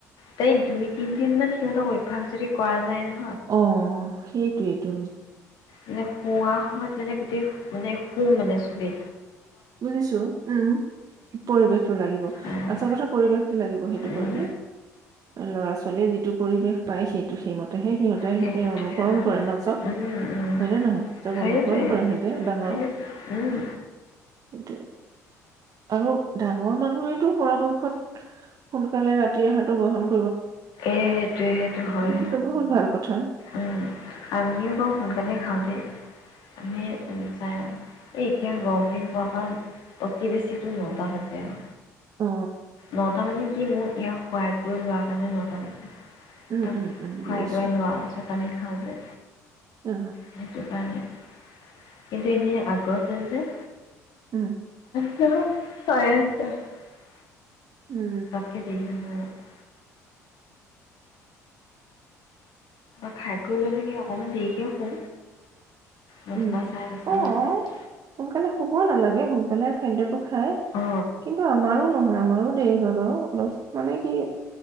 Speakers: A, on the left; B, on the right.
A: তাইক দুই তিনদিন মান সিহঁতক অভ্যাস যদি কৰা যায় ন৷
B: অ' সেইটোয়েইটো।
A: মানে শুৱা সময়ত মানে গোটেই মানে শুম মানে। তুবি
B: বুজিছো উম পৰিৱেশটো লাগিব,
A: মানে
B: আচল কথা পৰিৱেশটো লাগিব, সেইটো
A: উম,
B: পৰিবেশ৷ ল'ৰা ছোৱালী যিটো পৰিৱেশ পায় সেই সেইমতেহে সিহঁতে
A: সেইটোৱে
B: সিহঁতে অনুকৰণ
A: অ',
B: কৰে নচব
A: উম, উম,
B: হয় ন নহয় চক
A: সেইটোৱে।
B: অনুকৰণ কৰে সিহঁতে ডাঙৰক
A: সেইটো উম,
B: সেইটোৱে। আৰু ডাঙৰ মানুহেইটো পৰাপক্ষত সোনকালে ৰাতিৰ আহাৰটো গ্ৰহন
A: এ এইটো হয়
B: সেইটোতো বহুত ভাল কথা।
A: উম আমিও বাৰু সোনকালে খাম। উম। আমি এ উম চা এই এতিয়া গৰম দিন পোৱাৰ পৰা অতি বেছিটো নটা বাজে আৰু
B: অ
A: নটা মানে কি মোৰ ইয়াক সোৱাই কৰি লোৱা কাৰণে নটা বাজে।
B: উম
A: তাক
B: উম উম
A: খুৱাই
B: বুজিছো
A: বোৱাই লোৱাৰ পিছত। আমি খাওঁ যে,
B: অ
A: সেইটো কাৰণে। কিন্তু এনে আগতে যে,
B: উম।
A: <unintelligible>
B: উম
A: তাতকে দেৰি নহয় আৰু খাই কৰি লৈ অকণমান দেৰিকে শু, দচটা
B: উম
A: চাৰে দচটা
B: অ
A: মান বাজে
B: সোনকালে শুব নালাগে সোনকালে খাদ্যটো খাই
A: অ
B: কিন্তু আমাৰো নহয় আ আমাৰো দেৰি হয় বাৰু ল মানে কি